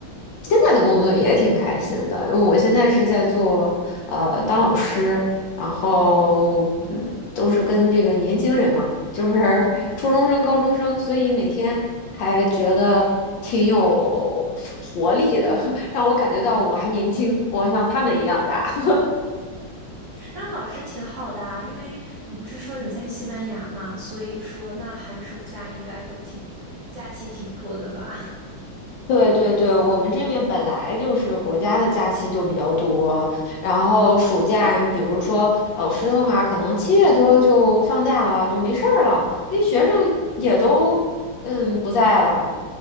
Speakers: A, on the left (about 70°); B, on the right (about 70°).
A: 现在的工作也挺开心的，因为我现在是在做呃当老师，然后嗯都是跟这个年轻人嘛，就是 <laughs> 初中生、高中生，所以每天还觉得挺有活力的，<laughs> 让我感觉到我还年轻，我像他们一样大。<laughs>
B: 当老师挺好的啊，因为你不是说你在西班牙嘛，所以说那寒暑假应该都挺，假期挺多的吧？
A: 对对对，我们这边本来就是国家的假期就比较多，然后暑假，你比如说老师的话，可能七月多就放假了，就没事儿了，因为学生也都嗯不在了，